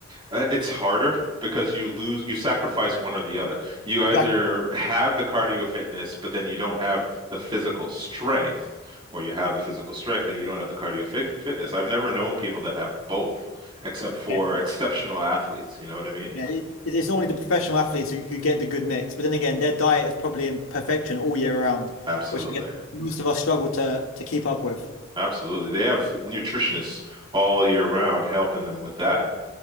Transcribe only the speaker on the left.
Exactly.
Yeah,
Yeah, it, it's normally the professional athletes who, who get the good mix, but then again, their diet is probably in perfection all year round,
which I guess most of us struggle to to keep up with.